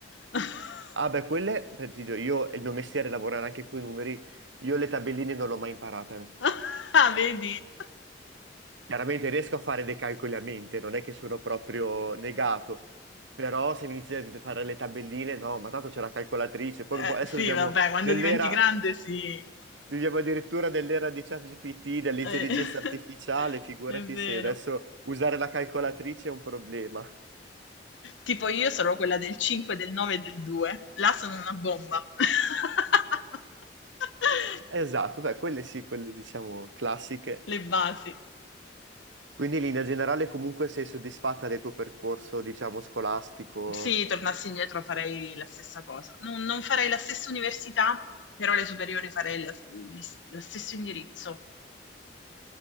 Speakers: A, on the left; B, on the right.
A: <laughs>
B: Ah beh, quelle, per ti dico, io, il mio mestiere è lavorare anche con i numeri, io le tabelline non l'ho mai imparate.
A: Ah, vedi?
B: Chiaramente riesco a fare dei calcoli a mente, non è che sono proprio negato, però se mi iniziate a fare le tabelline, no, ma tanto c'è la calcolatrice, poi
A: Eh,
B: boh, adesso
A: sì,
B: viviamo
A: vabbè, quando
B: nell'era,
A: diventi grande, sì.
B: viviamo addirittura nell'era di ChatGPT, dell'intelligenza
A: Eh, <laughs>
B: artificiale, figurati
A: è vero.
B: se adesso usare la calcolatrice è un problema.
A: Tipo io sarò quella del 5, del 9 e del 2. Là sono una bomba. <laughs>
B: Esatto, beh, quelle sì, quelle diciamo classiche.
A: Le basi.
B: Quindi in linea generale comunque sei soddisfatta del tuo percorso, diciamo, scolastico?
A: Sì, tornassi indietro farei la stessa cosa. Non, non farei la stessa università, però le superiori farei la- le- lo stesso indirizzo.